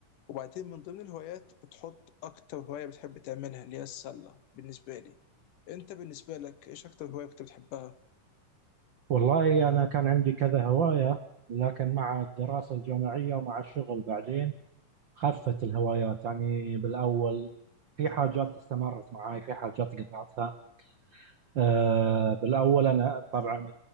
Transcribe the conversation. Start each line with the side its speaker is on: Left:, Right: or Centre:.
Left: وبعدين من ضمن الهوايات بتحط اكتر هوايه بتحب تعملها اللي هي السله بالنسبه لي انت بالنسبه لك ايش اكتر هوايه كنت بتحبها
Right: والله أنا كان عندي كذا هواية لكن مع الدراسة الجامعية ومع الشغل بعدين خفت الهوايات يعني بالأول في حاجات استمرت معاي في حاجات قطعتها أه بالأول أنا طبعا